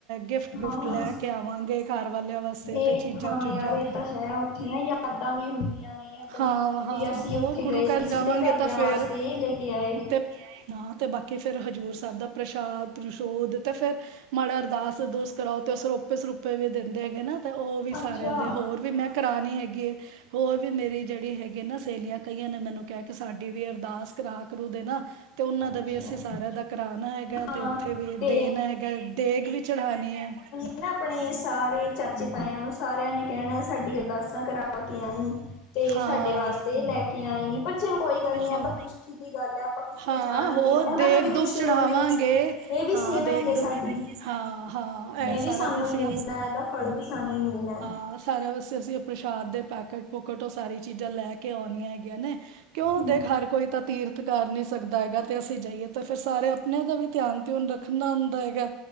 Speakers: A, on the right; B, on the left.
A: ਗਿਫਟ-ਗੁਫਟ
B: ਹਾਂ
A: ਲੈ ਕੇ ਆਵਾਂਗੇ ਘਰ ਵਾਲਿਆਂ ਵਾਸਤੇ
B: ਇਹ
A: ਤੇ ਚੀਜਾਂ-ਚੂਜਾਂ
B: ਹਾਂ ਯਾਰ ਇਹ ਤਾਂ ਹੈ ਉੱਥੇ ਨਾ ਯਾਦਾਂ ਵੀ ਹੁੰਦੀਆਂ ਨੇ ਆਪਣੇ
A: ਹਾਂ ਹਾਂ
B: ਵੀ ਅਸੀਂ
A: ਹੋਰ
B: ਉੱਥੇ
A: ਗੁਰੂ
B: ਗਏ
A: ਘਰ ਜਾਵਾਂਗੇ
B: ਸੀ ਤੇ ਘਰ
A: ਤਾਂ
B: ਦਿਆਂ
A: ਫਿਰ
B: ਵਾਸਤੇ ਲੇ ਕੇ ਆਏ।
A: <unintelligible> ਤੇ ਬਾਕੀ ਫਿਰ ਹਜ਼ੂਰ ਸੈਬ ਦਾ ਪ੍ਰਸ਼ਾਦ-ਪ੍ਰਸ਼ੌਦ ਤੇ ਫਿਰ ਮਾੜਾ ਅਰਦਾਸ-ਅਰਦੂਸ ਕਰਾਓ ਤੇ ਸਰੋਪੇ-ਸਰੁਪੇ ਵੀ ਦਿੰਦੇ ਐਗੇ ਨਾ। ਤੇ ਓ ਵੀ
B: ਅੱਛਾ
A: ਸਾਰਿਆਂ ਦੇ ਹੋਰ ਵੀ ਮੈਂ ਕਰਾਨੀ ਹੈਗੀ ਐ ਹੋਰ ਵੀ ਮੇਰੀ ਜੇੜੀ ਹੈਗੀ ਏ ਨਾ ਸੇਲੀਆਂ ਕਈਆਂ ਨੇ ਮੈਨੂੰ ਕਿਆ ਕੇ ਸਾਡੀ ਵੀ ਅਰਦਾਸ ਕਰਾ ਕਰੂ ਦੇ ਨਾ। ਤੇ ਉਹਨਾਂ
B: ਅੱਛਾ
A: ਦਾ ਵੀ ਅਸੀਂ ਸਾਰਿਆਂ ਦਾ ਕਰਾਨਾ ਹੈਗਾ ਐ ਅਤੇ
B: ਹਾਂ
A: ਉੱਥੇ ਵੀ
B: ਤੇ
A: ਦੇਣਾ ਹੈਗਾ ਦੇਗ ਵੀ ਚੜਾਣੀ ਐ।
B: ਇਹ ਆਪਣੇ ਸਾਰੇ ਚਾਚੇ-ਤਾਇਆਂ ਨੂੰ ਸਾਰਿਆਂ ਨੇ ਕੈਂਣਾ ਸਾਡੀ ਅਰਦਾਸਾਂ ਕਰਾ ਕੇ ਆਈ। ਤੇ
A: ਹਾਂ
B: ਸਾਡੇ ਵਾਸਤੇ ਲੈ ਕੇ ਆਈ ਪਰ ਚਲ ਕੋਈ ਗੱਲ ਨੀ ਆ
A: ਹਾਂ
B: ਤਾਂ ਖੁਸ਼ੀ ਦੀ ਗੱਲ ਹੈ ਆਪਾਂ ਉੱਥੇ
A: ਹਾਂ
B: ਜਾਣਗੇ
A: ਹੋਰ
B: ਉਹਨਾਂ
A: ਦੇਗ
B: ਨੂੰ ਵੀ ਖੁਸ਼ੀ
A: ਦੁੱਖ ਚੜਾਵਾਂਗੇ
B: ਮਿਲਣੀ ਐ ਇਹ ਵੀ
A: ਹਾਂ
B: ਸੇਵਾ
A: ਦੇਗ
B: ਈ ਏ
A: ਦੁੱਖ
B: ਸਾਡੀ।
A: ਹਾਂ ਹਾਂ
B: ਇਹ ਵੀ
A: ਸਾਰਾ
B: ਸਾਨੂੰ
A: ਅਸੀਂ
B: ਈ ਮਿਲਣਾ ਇਹਦਾ ਫਲ ਵੀ ਸਾਨੂੰ ਈ ਮਿਲਣਾ ਐ।
A: ਆਹ ਸਾਰਿਆਂ ਵਾਸਤੇ ਅਸੀਂ ਅ ਪ੍ਰਸ਼ਾਦ ਦੇ ਪੈਕਟ-ਪੁਕਟ ਓ ਸਾਰੀ ਚੀਜ਼ਾਂ ਲੈ ਕੇ ਆਉਣੀਆਂ ਹੈਗੀਆਂ ਨੇ। ਕਿਉਂ
B: ਹਮ,
A: ਦੇਖ ਹਰ ਕੋਈ ਤਾਂ ਤੀਰਥ ਕਰ ਨੀ ਸਕਦਾ ਹੈਗਾ ਤੇ ਅਸੀਂ ਜਾਈਏ ਤਾਂ ਫਿਰ ਸਾਰੇ ਆਪਣਿਆਂ ਦਾ ਵੀ ਧਿਆਨ-ਧੀਓਨ ਰੱਖ ਰੱਖਣਾ ਹੁੰਦਾ ਐਗਾ